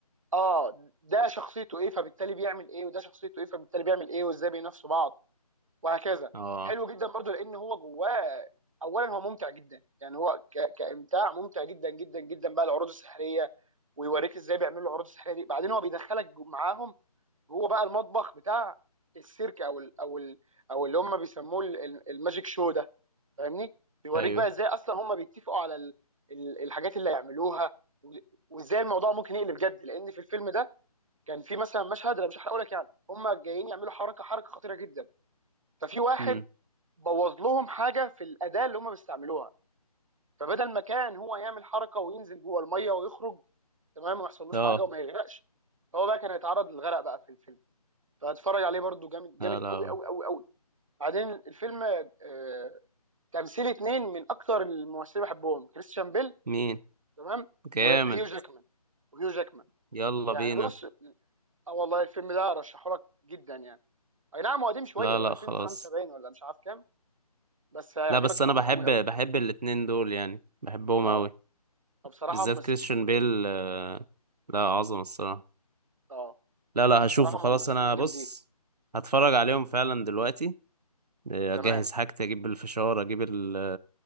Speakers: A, on the right; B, on the right.
A: اه ده شخصيته ايه فبالتالي بيعمل ايه وده شخصيته ايه فبالتالي بيعمل ايه وازاي بينافسوا بعض وهكذا
B: اه
A: حلو جدا برضه لان هو جواه اولا هو ممتع جدا يعني هو ك... كامتاع ممتع جدا جدا جدا بقى العروض السحريه ويوريك ازاي بيعملوا العروض السحريه دي بعدين هو بيدخلك جو- معاهم جوه بقى المطبخ بتاع السيرك او ال... او ال... او اللي هم بيسموه ال- ال- الماجيك شو ده فاهمني بيوريك
B: ايوه
A: بقى ازاي اصلا هم بيتفقوا على ال... ال- الحاجات اللي هيعملوها و- وازاي الموضوع ممكن يقلب جد لان في الفيلم ده كان في مثلا مشهد انا مش هحرقه لك يعني هم جايين يعملوا حركه حركه خطيره جدا ففي واحد
B: امم
A: بوظ لهم حاجه في الاداه اللي هم بيستعملوها فبدل ما كان هو يعمل حركه وينزل جوه الميه ويخرج تمام وما يحصلوش
B: اه
A: حاجه وما يغرقش هو بقى كان هيتعرض للغرق بقى في الفيلم فاتفرج عليه برضو جامد
B: لا
A: جامد
B: لا
A: قوي قوي قوي قوي بعدين الفيلم آه، تمثيل اثنين من اكتر الممثلين اللي بحبهم كريستيان بيل
B: مين
A: تمام
B: جامد
A: وهيو جاكمان وهيو جاكمان
B: يلا
A: يعني
B: بينا
A: بص اه والله الفيلم ده ارشحه لك جدا يعني اي نعم هو قديم شويه
B: لا
A: هو
B: لا
A: 2005
B: خلاص
A: باين ولا مش عارف كام بس هيعجبك
B: لا بس انا
A: قوي
B: بحب
A: قوي قوي
B: بحب الاتنين دول يعني بحبهم
A: اه
B: اوي
A: فبصراحه
B: بالذات
A: مس...
B: كريستيان
A: م-
B: بيل آه، لا عظمة الصراحة
A: اه
B: لا لا
A: بصراحه
B: هشوفه خلاص
A: ممثلين
B: انا
A: جامدين
B: بص هتفرج عليهم فعلا دلوقتي آه،
A: تمام
B: اجهز حاجتي اجيب الفشار اجيب ال...